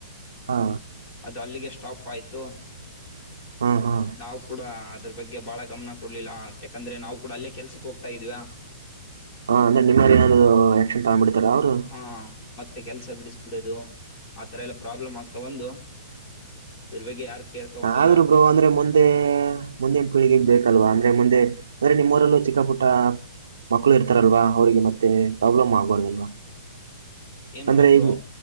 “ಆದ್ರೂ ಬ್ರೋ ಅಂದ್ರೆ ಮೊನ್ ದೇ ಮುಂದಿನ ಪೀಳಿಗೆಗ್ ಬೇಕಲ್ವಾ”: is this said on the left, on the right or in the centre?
Right